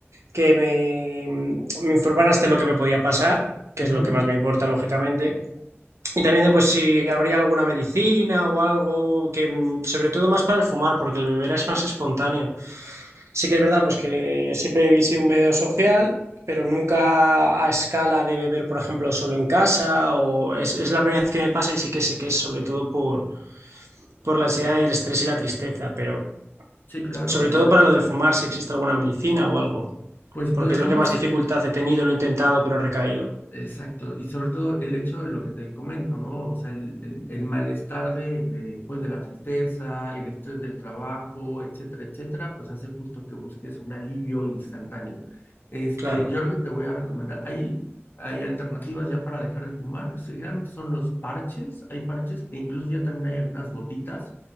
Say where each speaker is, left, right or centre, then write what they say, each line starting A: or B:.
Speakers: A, on the right; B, on the left.
A: que me, me informaras de lo que me podía pasar, que
B: ujú,
A: es lo que más me importa, lógicamente. Y también de pues si habría alguna medicina o algo que, mm, sobre todo más para el fumar, porque el beber es más espontáneo. Sí que es verdad, pues que siempre he sido un bebedor social. pero nunca a escala de beber, por ejemplo, solo en casa, o es, es la primera vez que me pasa y sí que sé que es sobre todo por, por la ansiedad y el estrés y la tristeza, pero
B: sí, claro,
A: Sobre
B: o sea,
A: todo para lo del fumar, si existe alguna medicina o algo,
B: pues podríamos
A: porque es lo que más dificultad he tenido, lo he intentado, pero he recaído.
B: Exacto, y sobre todo el hecho de lo que te comento, ¿no? O sea, el, el- el malestar de, de, pues, de la tristeza, el estrés del trabajo, etcétera, etcétera, pues hace justo que busques un alivio instantáneo. Este,
A: Claro,
B: yo lo que te voy a recomendar, hay, hay alternativas ya para dejar de fumar, sí, generalmente son los parches, hay parches, e incluso ya también hay algunas gotitas,